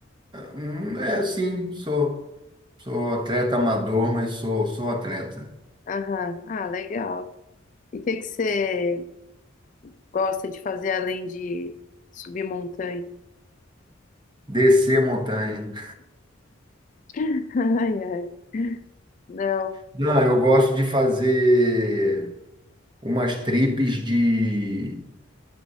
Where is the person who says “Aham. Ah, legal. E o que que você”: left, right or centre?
Left